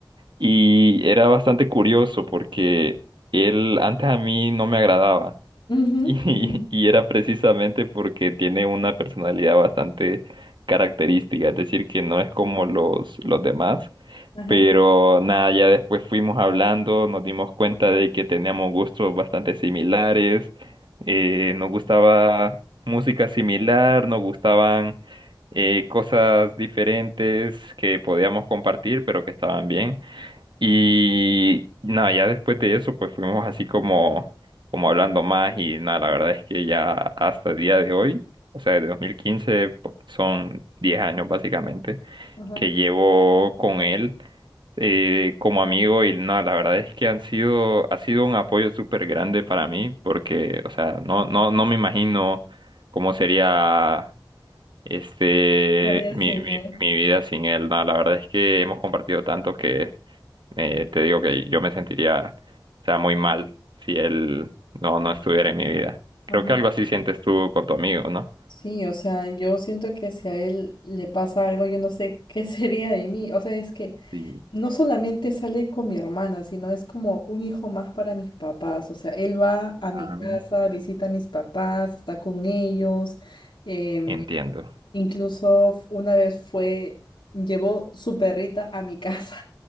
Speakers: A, on the right; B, on the left.
A: Y era bastante curioso porque él antes a mí no me agradaba. <laughs>
B: ujú,
A: Y,
B: ujú,
A: y era precisamente porque tiene una personalidad bastante característica, es decir, que no es como los, los demás.
B: Ajá,
A: Pero nada, ya después fuimos hablando, nos dimos cuenta de que teníamos gustos bastante similares, eh, nos gustaba música similar, nos gustaban eh, cosas diferentes que podíamos compartir, pero que estaban bien. Y nada, ya después de eso, pues fuimos así como, como hablando más y nada, la verdad es que ya hasta el día de hoy, o sea, desde 2015 po- son 10 años básicamente
B: ajá.
A: que llevo con él eh, como amigo y no, la verdad es que han sido, ha sido un apoyo súper grande para mí porque, o sea, no, no, no me imagino cómo sería este
B: La vida sin
A: mi, mi,
B: él.
A: mi vida sin él. No, la verdad es que hemos compartido tanto que eh, te digo que yo me sentiría, o sea, muy mal si él no, no estuviera en mi vida. Creo
B: Ajá.
A: que algo así sientes tú con tu amigo, ¿no?
B: Sí, o sea, yo siento que si a él le pasa algo, yo no sé qué <laughs> sería de mí. O sea, es que
A: Sí.
B: no solamente sale con mi hermana, sino es como un hijo más para mis papás. O sea, él va a mi
A: Ah,
B: casa, visita a mis papás, está con ellos. em,
A: Entiendo.
B: incluso f- una vez fue, llevó su perrita a mi casa